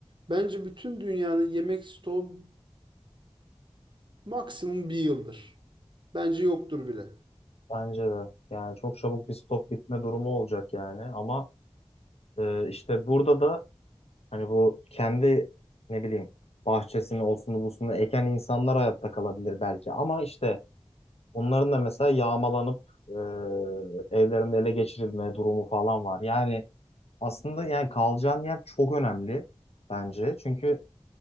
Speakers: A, on the right (about 45°); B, on the left (about 70°).
A: Bence bütün dünyanın yemek stoğu maksimum bir yıldır. Bence yoktur bile.
B: Bence de. Yani çok çabuk bir stok bitme durumu olacak yani ama e, işte burada da Hani bu kendi ne bileyim bahçesini olsun busunu eken insanlar hayatta kalabilir belki ama işte onların da mesela yağmalanıp e, evlerinde ele geçirilme durumu falan var. Yani aslında yani kalacağın yer çok önemli bence. Çünkü